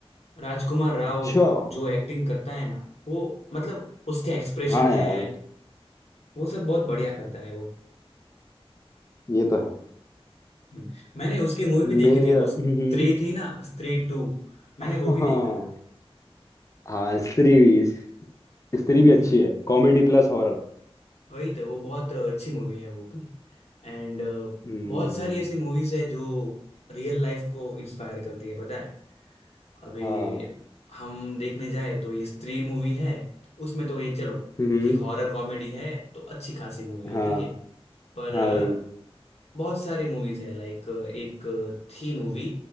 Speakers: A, on the left; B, on the left.
A: राजकुमार राव
B: अच्छा
A: जो एक्टिंग करता है ना वो मतलब उसके एक्सप्रेशन
B: हाँ
A: है
B: यार
A: वो सब बहुत बढ़िया करता है वो
B: ये तो है
A: हम्म। मैंने उसकी मूवी भी देखी
B: मेरा
A: थी वो स्त्री
B: हम्म
A: थी ना स्त्री टू मैंने
B: <laughs>
A: वो भी
B: हाँ
A: देखा था
B: हाँ स्त्री भी स्त्री भी
A: हम्म
B: अच्छी है कॉमेडी प्लस हॉरर
A: वही तो वो बहुत अच्छी मूवी है वो भी एंड बहुत
B: हम्म
A: सारी ऐसी मूवीज है जो रियल लाइफ को इंस्पायर करती है पता है अभी
B: हाँ
A: हम देखने जाए तो ये स्त्री मूवी है उसमें तो ये चलो
B: हम्म
A: कि हॉरर कॉमेडी है तो अच्छी खासी मूवी है
B: हाँ
A: ठीक है पर
B: हाँ
A: अ,
B: वही
A: बहुत सारी मूवीज है लाइक एक थी मूवी